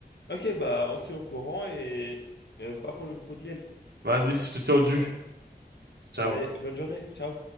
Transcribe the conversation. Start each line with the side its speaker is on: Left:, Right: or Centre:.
Left: Ok, bah on se tient au courant et euh, va pour le pot de miel.
Right: Vas-y, je te tiens au jus.
Left: Allez,
Right: Ciao.
Left: allez, bonne journée, ciao.